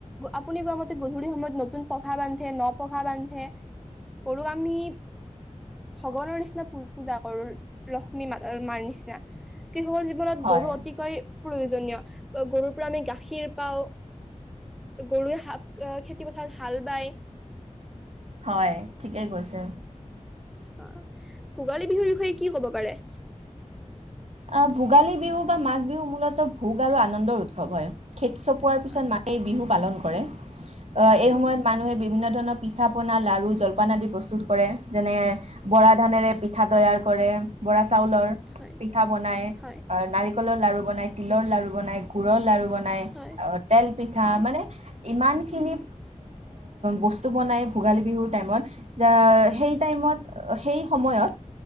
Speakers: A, in the centre; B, on the right.
A: আপুনি কোৱা মতে গধূলি সময়ত নতুন পঘা বান্ধে ন পঘা বান্ধে গৰুক আমি ভগৱানৰ নিচিনা প পূজা কৰো লক্ষ্মী মা মাৰ নিচিনা। সিহুৰ জীৱনত
B: হয়
A: গৰু অতিকৈ প্ৰয়োজনীয় গৰুৰ পৰা আমি গাখীৰ পাওঁ গৰুৱে খেতি পথাৰত হাল বায়।
B: হয় ঠিকেই কৈছে
A: অ ভোগালী বিহুৰ বিষয়ে কি কব পাৰে?
B: অ ভোগালী বিহু বা মাঘ বিহু মূলত ভোগ আৰু আনন্দৰ উৎসৱ হয়। খেতি চপোৱাৰ পিছত
A: হয়
B: মায়ে বিহু পালন কৰে। অ এই
A: উম
B: সময়ত মানুহে বিভিন্ন ধৰণৰ পিঠা পনা লাৰু জলপান আদি প্ৰস্তুত কৰে যেনে বৰা ধানেৰে পিঠা তৈয়াৰ কৰে। চাউলৰ
A: হয়
B: পিঠা বনাই
A: হয়
B: নাৰিকল ৰ লাৰু বন তিলৰ লাৰু বন গুডুৰৰ লাৰু বনাই
A: হয়
B: আৰু তেল পিঠা
A: হয়
B: মানে ইমানখিনি বস্তু বনাই ভোগালী বিহুৰ টাইমত সেই টাইমত সেই সময়ত